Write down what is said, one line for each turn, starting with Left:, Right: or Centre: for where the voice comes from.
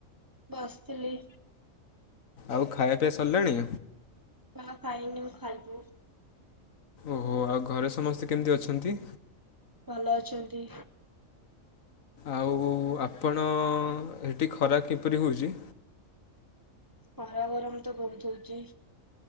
Right: ବସିଥିଲି।
Left: ଆଉ ଖାଇବା ପିଆ ସରିଲାଣି?
Right: ନା ଖାଇନି ମୁ ଖାଇବୁ।
Left: ଓହୋ ଆଉ ଘରେ ସମସ୍ତେ କେମିତି ଅଛନ୍ତି।
Right: ଭଲ ଅଛନ୍ତି।
Left: ଆଉ ଆପଣ ଏଠି ଖରା କିପରି ହେଉଛି।
Right: ପାରା ଗରମ ତ ବହୁତ ହଉଛି।